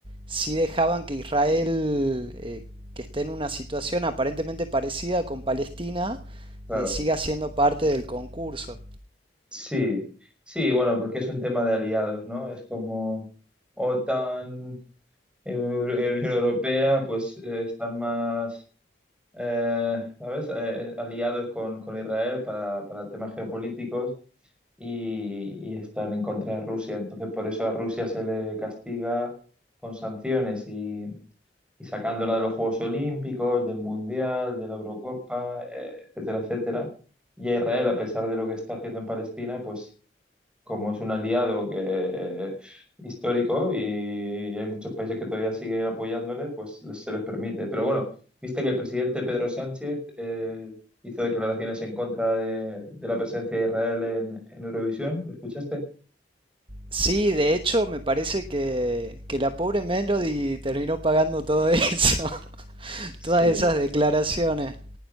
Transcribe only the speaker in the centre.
claro.
Sí, sí, bueno, porque es un tema de aliados, ¿no? Es como OTAN, Eu- Unión Europea, pues eh, están más, eh, ¿sabes? Eh, aliados con, con Israel para, para temas geopolíticos y, y están en contra de Rusia. Entonces, por eso a Rusia se le castiga con sanciones y, y sacándola de los Juegos Olímpicos, del Mundial, de la Eurocopa, eh, etcétera, etcétera. Y a Israel, a pesar de lo que está haciendo en Palestina, pues como es un aliado que es histórico y hay muchos países que todavía siguen apoyándole, pues les- se les permite. Pero bueno, viste que el presidente Pedro Sánchez eh, hizo declaraciones en contra de, de la presencia de Israel en, en Eurovisión, ¿lo escuchaste?
Sí,